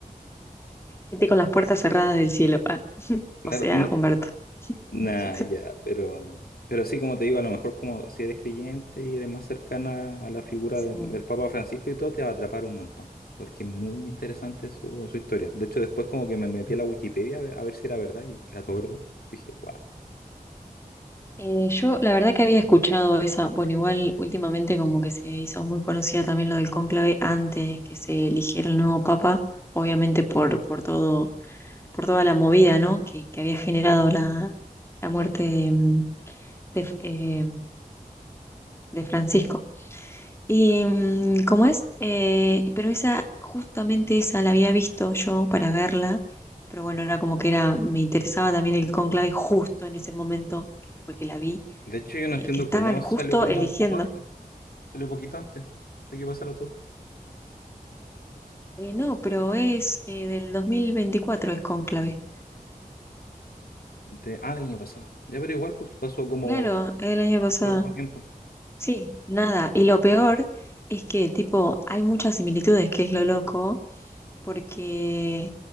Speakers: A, on the left (about 15°); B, on the left (about 80°).
A: Gente con las puertas cerradas del cielo. Ah, <laughs>
B: Claro,
A: O sea,
B: no,
A: Humberto. <laughs>
B: nada, ya, pero, pero sí, como te digo, a lo mejor como si eres creyente y eres más cercana a la figura
A: Sí.
B: de- del Papa Francisco y todo, te va a atrapar un montón. Porque es muy interesante su, su historia. De hecho, después como que me metí a la Wikipedia a ver a ver si era verdad y era todo verdad. Dije, guau.
A: Eh, yo la verdad que había escuchado esa, bueno, igual últimamente como que se hizo muy conocida también lo del cónclave antes que se eligiera el nuevo papa, obviamente por, por todo, por toda la movida, ¿no? que, que había generado la, la muerte de, de, eh, de Francisco. Y mm, cómo es, Eh, pero esa, justamente esa la había visto yo para verla, pero bueno, era como que era, me interesaba también el cónclave justo en ese momento que fue que la vi,
B: De hecho, yo no
A: eh,
B: entiendo
A: que estaban
B: cómo
A: justo
B: salió como
A: eligiendo.
B: poco antes, salió poquito antes de que pasara todo.
A: Eh, no, pero es eh, del 2024 es cónclave.
B: De- ah, del año pasado. Ya, pero igual pues, pasó como
A: Claro, es del año pasado.
B: re poco tiempo.
A: Sí, nada. Y lo peor es que, tipo, hay muchas similitudes, que es lo loco porque